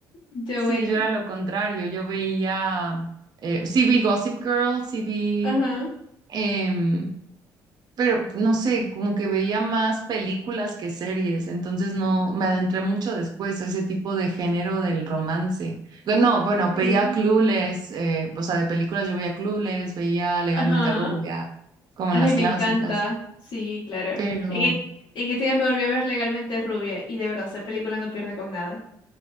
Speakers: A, on the left; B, on the right.
A: Yo,
B: sí,
A: bueno.
B: yo era lo contrario, yo veía, eh, sí vi Gossip Girl, sí vi
A: Ajá.
B: em, pero no sé, como que veía más películas que series, entonces no me adentré mucho después a ese tipo de género del romance. Bueno, no, bueno,
A: Sí.
B: veía Clueless, eh, o sea, de películas yo veía Clueless, veía Legalmente
A: Ajá.
B: Rubia, como
A: Ay,
B: las
A: me
B: clásicas,
A: encanta. Sí, claro.
B: pero
A: En, e- en estos días me volví a ver Legalmente Rubia y de verdad, esa película no pierde con nada.